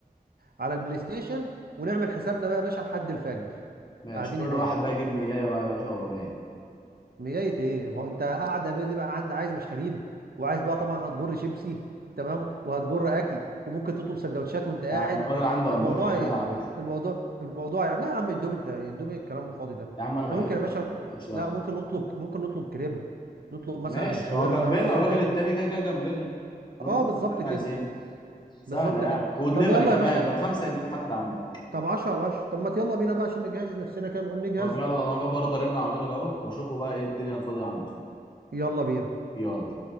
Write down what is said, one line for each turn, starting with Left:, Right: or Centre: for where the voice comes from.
Right: على البلاي ستيشن ونعمل حسابنا بقى يا باشا لحد الفجر
Left: ماشي
Right: قاعدين
Left: كل
Right: هناك
Left: واحد بقى يجيب 100 بقى يا باشا وهو جاي
Right: مجاية ايه ما هو انت قاعده بيه دي بقى عند عايز مشاريب وعايز بقى طبعا هتجر شيبسي تمام وهتجر اكل وممكن تطلب سندوتشات وانت قاعد
Left: آه، الراجل عنده
Right: الموضوع
Left: اندومي كمان
Right: ايه
Left: على فكرة
Right: الموضوع الموضوع يعني لا يا عم اندومي انت اندومي ايه الكلام الفاضي ده
Left: يا عم انا
Right: احنا
Left: بحبه
Right: ممكن يا باشا
Left: يا عم ماليش دعوة
Right: لا ممكن نطلب ممكن نطلب كريب نطلب
Left: ماشي
Right: مثلا شاورما
Left: ما هو جنبنا
Right: اي
Left: الراجل
Right: حاجه
Left: التاني كده كده جنبنا نطلب
Right: اه بالظبط
Left: اللي احنا
Right: كده
Left: عايزينه سهلة
Right: بالظبط
Left: يعني
Right: كده
Left: ودليفري
Right: طب يلا
Left: كمان
Right: يا باشا
Left: ده بخمسة جنيه لحد عنده
Right: طب 10 على 10 طب ما يلا بينا بقى عشان نجهز نفسنا كده نقوم نجهز
Left: طب يلا انا اروح برضه ارن على الراجل اهو واشوفه بقى ايه الدنيا الفاضية عنده
Right: يلا بينا
Left: يلا